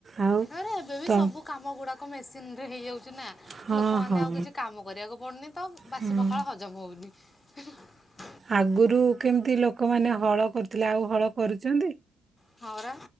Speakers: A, on the right (about 35°); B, on the left (about 25°).
A: ଆଉ
B: ଆରେ ଏବେ ବି
A: ତ
B: ସବୁ କାମ ଗୁଡାକ ମେସିନ୍ ହେଇଯାଉଛ। ନା
A: ହଁ
B: ଲୋକ ମାନେ
A: ହଁ
B: ଆଉ କିଛି କାମ କରିବାକୁ ପଡୁନି ତ ବାସି
A: ହଁ।
B: ପଖାଳ ହଜମ ହଉନି। <inaudible>
A: ଆଗରୁ କେମିତି ଲୋକମାନେ ହଳ କରୁଥିଲେ ଆଉ ହଳ କରୁଛନ୍ତି।
B: ହରା